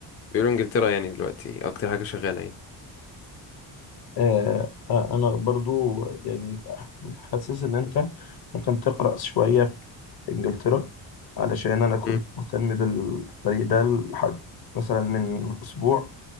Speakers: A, on the left; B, on the left.
A: بيقولوا انجلترا يعني دلوقتي اكتر حاجه شغاله يعني
B: آه آه، أنا برضو يعني حاسس إن أنت ممكن تقرأ شوية في إنجلترا علشان أنا كنت
A: امم
B: مهتم بالطريق ده لحد مثلا من أسبوع